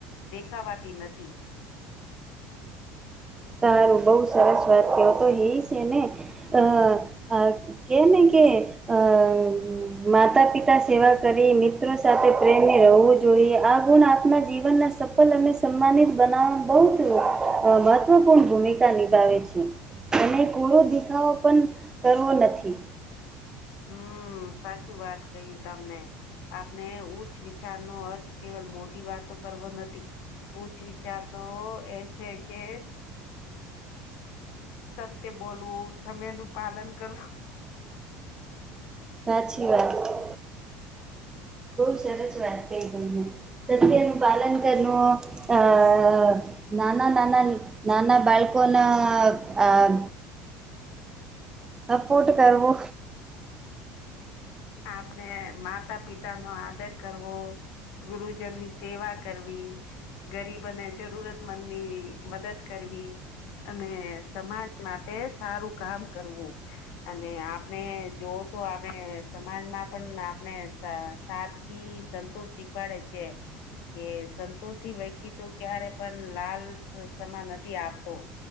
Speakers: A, on the left; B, on the right.
A: દેખાવાતી નથી
B: સારું બહુ સરસ વાત કો તો એ છે ને અ આ કેને કે આ માતા પિતા સેવા કરી મિત્રો સાથે પ્રેમ રહેવું જોઈએ આ ગુણ આપના જીવન ના સ સંપણ અને સન્માનિત બનાવવામાં બહુ મહત્વપૂર્ણ ભૂમિકા નિભાવે છે અને પૂરો દેખાવો પણ કરવો નથી
A: હમ સાચું વાત કય્યું તમને આપણે ઉચ્ચ વિચાર નો અર્થ કેવલ મોટી વાતો તો કરવો નથી ઉચ્ચ વિચાર તો એ છે કે સત્ય બોલવું સમય નું પાલન કરવું
B: સાચી વાત બહુ સરસ વાત કહી તમને સત્યનું પાલન કરવું આ નાના નાના નાના બાલ્કોન આ હ સપોર્ટ કરવો
A: આપણે માતા પિતા નો આદર કરવો ગુરુજનની સેવા કરવી ગરીબોને જરૂરતમંદ ની મદદ કરવી અને સમાજ માટે સારું કામ કરવું અને આપણે જોવ તો આપણે સમાજમાં પણ આપણે સાદગી સંતોષ શીખવાડે છે કે સંતોષી વ્યક્તિ તો ક્યારે પણ લાલ સમા નથી આપતો